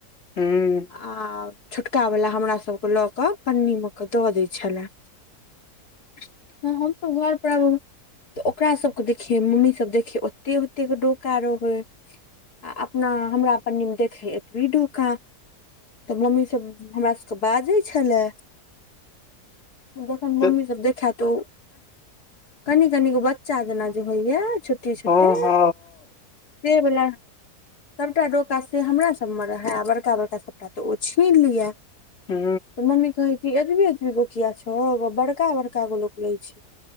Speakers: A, on the left; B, on the left.
A: हँ
B: आ छोटकावला हमरा सभके लऽ कऽ पन्नीमे कऽ द दै छले हँ हमस घर पर आबू तऽ ओकरा सबके देखिये मम्मी सब देखिये ओते ओतेक डोका रहै आ अपना हमरा पन्नीमे देखे एतबी डोका तऽ मम्मी सब हमरा सभके बाजै छले जखन मम्मी
A: ह
B: सभ देखए त ओ कनि कनिगो बच्चा जेना जे होइया छोटे छोटे
A: हँ हँ
B: से वला सबटा डोका से हमरा सब मे रहे आ बड़का बड़का सबटा त ओ छीन लिये
A: हँ हूँ
B: तऽ मम्मी कहै कि एतबी एतबी गो किया छौ बड़का बड़का गो लोक लै छै